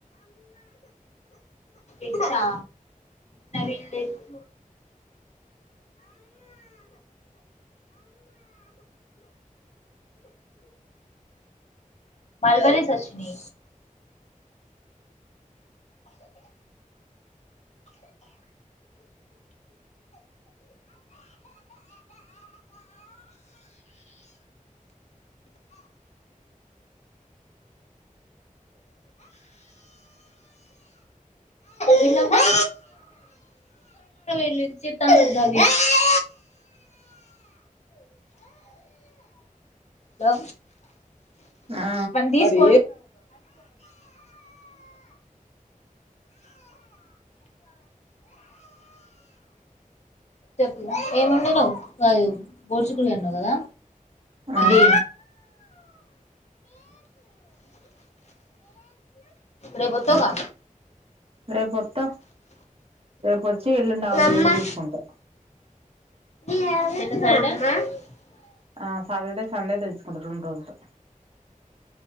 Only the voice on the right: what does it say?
ఆ
ఆ
రేపుొస్తా రేపుొచ్చి ఎల్లుండి ఆవలు
ఇల్లుని తీసుకుంటా
ఆ సాటర్డే సండే తెచ్చుకుంట జుడోజట్టు